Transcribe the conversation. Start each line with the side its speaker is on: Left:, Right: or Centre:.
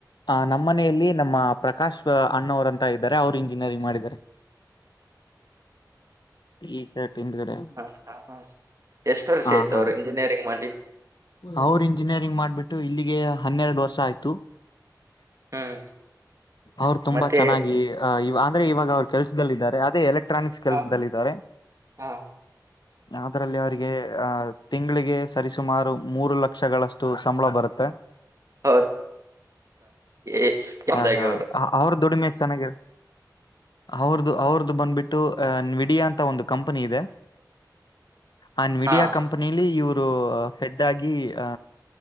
Left: ಆ ನಮ್ಮ ಮನೆಯಲ್ಲಿ ನಮ್ಮ ಪ್ರಕಾಶ್ ಅಣ್ಣವರು ಅಂತ ಇದ್ದಾರೆ ಅವ್ರು ಇಂಜಿನಿಯರಿಂಗ್ ಮಾಡಿದ್ದಾರೆ ಟಿ ಶರ್ಟ್ ಹಿಂದ್ಗಡೆ
Right: ಹ ಹ ಹ ಎಷ್ಟು ವರ್ಷ
Left: ಹ
Right: ಆಯ್ತು
Left: ಹಾ
Right: ಅವ್ರು ಇಂಜಿನಿಯರಿಂಗ್ ಮಾಡಿ
Left: ಅವ್ರ ಇಂಜಿನಿಯರಿಂಗ್ ಮಾಡ್ಬಿಟ್ಟ ು ಇಲ್ಲಿಗೆ ಹನ್ನೆರಡು ವರ್ಷ ಆಯ್ತು
Right: ಹ್ಮ್
Left: ಅವ್ರು ತುಂಬಾ
Right: ಮತ್ತೆ
Left: ಚೆನ್ನಾಗಿ ಇವಾಗ ಇವಾಗ ಅವ್ರು ಕೆಲಸದಲ್ಲಿದ್ದಾರೆ ಅದೇ ಎಲೆಕ್ಟ್ರಾನಿಕ್ಸ್ ಕೆಲಸದಲ್ಲಿ
Right: ಹ,
Left: ಇದಾರೆ
Right: ಹ.
Left: ಯಾವುದ್ರಲ್ಲಿ ಸ್ನೇಹಿತರಿಗೆ ಆ ತಿಂಗಳಿಗೆ ಸರಿಸುಮಾರು ಮೂರು ಲಕ್ಷಗಳಷ್ಟು ಸಂಬಳ ಬರುತ್ತೆ
Right: ಹೌದಾ ಎ- ಎಂದಾಗಿ
Left: ಹಾ ಹಾ
Right: ಅವರು
Left: ಅವ್ರ ದೊಡಿಮೆ ಚೆನ್ನ ಅವ್ರದುು ಅವ್ರದುು ಬಂದ್ಬಿಟ್ಟು ಡಿಯಾ ಅಂತ ಒಂದು ಕಂಪನಿ ಇದೆ ಆ ವಿಡಿಯೋ
Right: ಹಾ
Left: ಕಂಪನಿಲಿ ಇವರು ಒಂದು ಹೆಡ್ ಆಗಿ ಆ